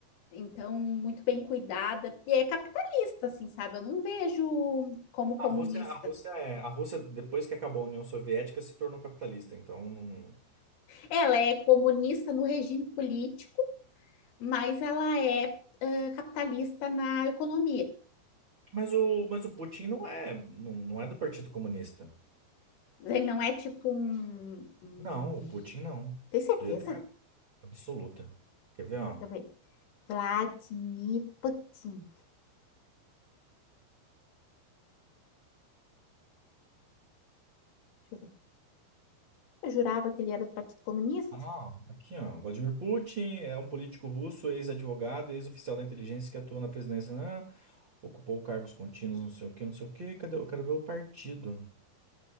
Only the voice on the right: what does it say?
A Rússia, a Rússia é, a Rússia, depois que acabou a União Soviética, se tornou capitalista, então não...
Mas o, mas o Putin não é, não, não é do Partido Comunista.
Não, o Putin não.
Deu até
absoluta. Quer ver, ó?
Ah, aqui, ó. Vladimir Putin é um político russo, ex-advogado, ex-oficial da inteligência que atua na presidência, né? Ocupou cargos contínuos, não sei o quê, não sei o quê. Cadê? Eu quero ver o partido.